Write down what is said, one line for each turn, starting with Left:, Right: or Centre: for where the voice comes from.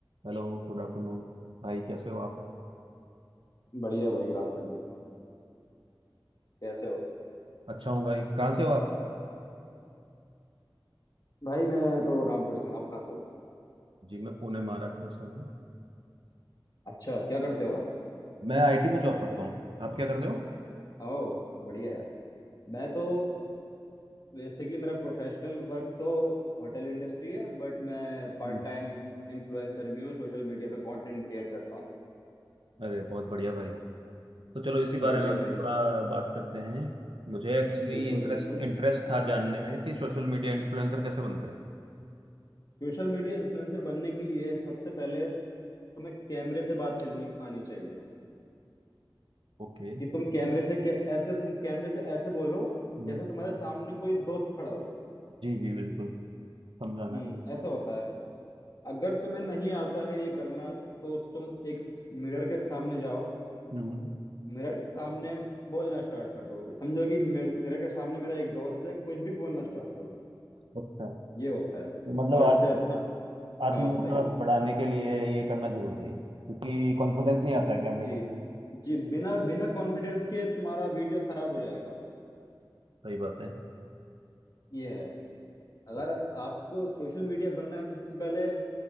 Right: Hello Good afternoon भाई कैसे हो आप
Left: बढ़िया भाई good afternoon कैसे हो
Right: अच्छा हूँ भाई कहाँ से हो आप
Left: भाई मैं तो रामपुर से हूँ आप कहाँ से हो
Right: जी मैं पुणे महाराष्ट्र से हूँ
Left: अच्छा क्या करते हो आप
Right: मैं आईटी में जॉब करता हूँ आप क्या करते हो
Left: ओह बढ़िया यार मैं तो बेसिकली मेरा प्रोफेशनल वर्क तो होटल इंडस्ट्री है बट मैं पार्ट
Right: हम्म।
Left: टाइम इन्फ्लुएंसर भी हूँ सोशल मीडिया पे कंटेंट क्रिएट करता हूँ
Right: अरे बहुत बढ़िया भाई तो चलो इसी
Left: और शुक्रिया
Right: बारे में
Left: भाई
Right: थोड़ा बात करते हैं मुझे एक्चुअली
Left: बिल्कुल
Right: इंटरेस्ट
Left: बिल्कुल
Right: इंटरेस्ट था जानने में कि सोशल मीडिया इन्फ्लुएंसर कैसे बनते हैं
Left: सोशल मीडिया इन्फ्लुएंसर बनने के लिए सबसे पहले तुम्हें कैमरे से बात करनी आनी चाहिए
Right: ओके
Left: कि तुम कैमरे से कै, ऐसे तुम कैमरे से ऐसे बोलो
Right: हम्म,
Left: जैसे तुम्हारे सामने कोई दोस्त खड़ा हो
Right: जी जी बिल्कुल समझा
Left: हम्म
Right: मैं
Left: ऐसा होता है अगर तुम्हें नहीं आता है ये करना तो तुम एक मिरर के सामने जाओ
Right: हम्म
Left: मिरर के सामने बोलना स्टार्ट कर दो ये समझो कि मिर, मिरर के सामने मेरा एक दोस्त है कुछ भी बोलना स्टार्ट कर दो
Right: अच्छा
Left: ये होता है
Right: तो मतलब
Left: और
Right: आत्म
Left: इससे अपना
Right: आत्मविश्वास
Left: हाँ बताइए
Right: बढ़ाने के लिए ये करना जरूरी है क्योंकि कॉन्फिडेंस नहीं आता है कैमरे
Left: जी
Right: के साथ
Left: जी बिना बिना कॉन्फिडेंस के तुम्हारा वीडियो खराब हो जाएगा
Right: सही बात है
Left: ये है अगर
Right: अच्छा।
Left: आपको सोशल मीडिया बनना है तो सबसे पहले